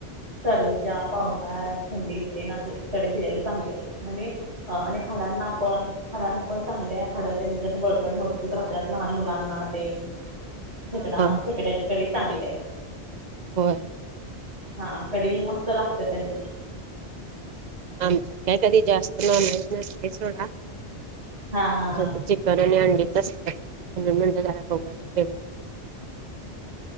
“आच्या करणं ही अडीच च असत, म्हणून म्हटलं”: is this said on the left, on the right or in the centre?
Right